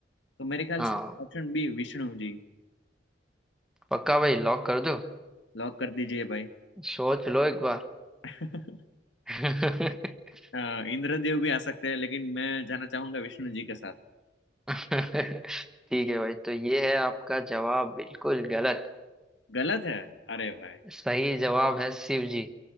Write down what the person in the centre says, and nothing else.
हाँ
पक्का भाई लॉक कर दो
सोच लो एक बार
<laughs>
<laughs> ठीक है भाई तो ये है आपका जवाब बिल्कुल गलत
सही जवाब है शिव जी